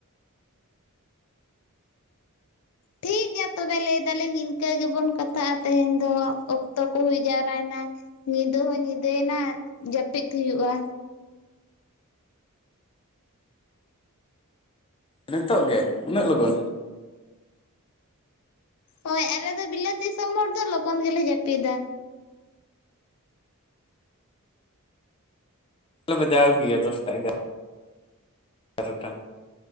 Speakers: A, on the left; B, on the left.
A: ᱴᱷᱤᱠ ᱜᱮᱭᱟ ᱛᱚᱵᱮ ᱞᱟᱹᱭ ᱫᱟᱞᱤᱧ ᱤᱱᱠᱟᱹ ᱜᱮᱵᱚᱱ ᱠᱟᱛᱷᱟᱜᱼᱟ ᱛᱮᱦᱮᱧ ᱫᱚ ᱚᱠᱛᱚ ᱠᱚ ᱦᱩᱭ ᱡᱟᱣᱨᱟᱭᱱᱟ ᱾ ᱧᱤᱫᱟᱹ ᱦᱚᱸ ᱧᱤᱫᱟᱹᱭᱮᱱᱟ ᱡᱟᱹᱯᱤᱫ ᱦᱩᱭᱩᱜᱼᱟ᱾
B: ᱱᱤᱛᱚᱜ ᱜᱮ ᱩᱱᱟᱹᱜ ᱞᱚᱜᱚᱱ?
A: ᱦᱳᱭ ᱟᱞᱮ ᱫᱚ ᱵᱤᱞᱟᱹᱛ ᱫᱤᱥᱚᱢ ᱦᱚᱲ ᱫᱚ ᱞᱚᱜᱚᱱ ᱜᱮᱞᱮ ᱡᱟᱹᱯᱤᱫᱟ᱾
B: ᱵᱟᱡᱟᱣ ᱜᱮᱭᱟ ᱫᱚᱥᱴᱟ ᱮᱜᱟᱨᱚ ᱮᱜᱟᱨᱚᱴᱟ ᱾